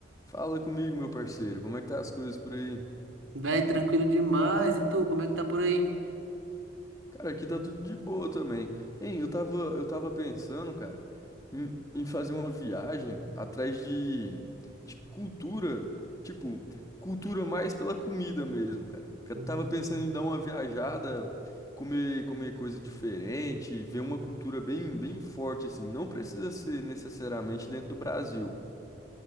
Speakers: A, on the left (about 15°); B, on the right (about 85°).
A: Fala comigo, meu parceiro, como é que tá as coisas por aí?
B: Véi, tranquilo demais. E tu, como é que tá por aí?
A: Cara, aqui tá tudo de boa também. Hein, eu tava, eu tava pensando, cara, em, em fazer uma viagem atrás de, de cultura, tipo, cultura mais pela comida mesmo, cara. Eu
B: Hum.
A: tava pensando em dar uma viajada, comer, comer coisa diferente, ver uma cultura bem, bem forte, assim. Não precisa ser necessariamente dentro do Brasil.